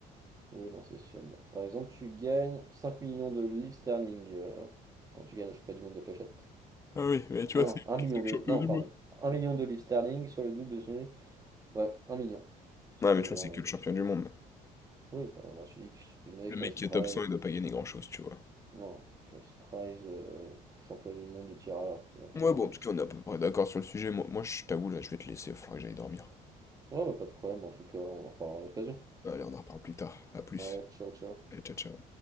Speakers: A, on the right (about 20°); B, on the left (about 20°).
A: Oui, non, c'est sûr. Bah, par exemple, tu gagnes 5 millions de livres sterling euh, quand tu gagnes le championnat du monde de fléchettes.
B: Ah oui, mais tu
A: Ah
B: vois,
A: non,
B: c'est
A: un million
B: c'est le
A: de.
B: champion
A: Non,
B: du
A: pardon.
B: monde.
A: un million de livres sterling sur les doubles de celui. Ouais, un million. Ce
B: Ouais,
A: qui
B: mais tu
A: est vraiment.
B: vois, c'est que le champion du monde.
A: Oui, par exemple, bah, je te que je te mets
B: Le
A: cash
B: mec qui
A: prize.
B: est top 100, il doit pas gagner grand-chose, tu vois.
A: Non, cash prize, euh, championnat du monde de tir à l'arc, tu vois, par
B: Ouais,
A: exemple.
B: bon, en tout cas, on est à peu près d'accord sur le sujet. Moi, moi je t'avoue, là, je vais te laisser, il va falloir que j'aille dormir.
A: Ouais, bah, pas de problème, en tout cas, on en reparlera à l'occasion.
B: Allez, on en reparle plus tard. À plus.
A: Allez, ciao, ciao.
B: Allez, ciao, ciao.